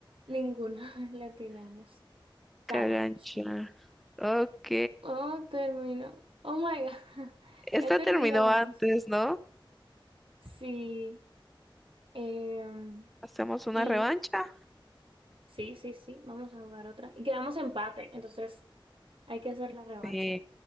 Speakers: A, on the right (about 80°); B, in the centre.
A: Ninguno <laughs> le atinamos. Cagancho.
B: Cagancha. Ok.
A: Oh, terminó. Oh my God. <laughs>
B: Esta
A: Ya terminamos.
B: terminó antes, ¿no?
A: Sí. em,
B: ¿Hacemos una
A: y
B: revancha?
A: sí, sí, sí. Vamos a jugar otra. Y quedamos empate. Entonces hay que hacer la revancha.
B: Sí,